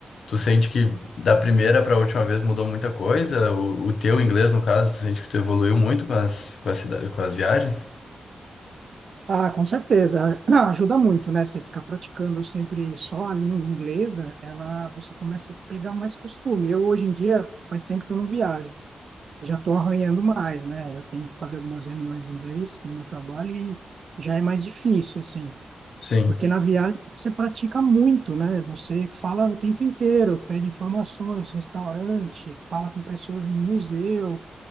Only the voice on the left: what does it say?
Tu sente que da primeira para a última vez mudou muita coisa? O, o teu inglês, no caso, tu sente que tu evoluiu muito com as, com as, cida- com as viagens?
Sim.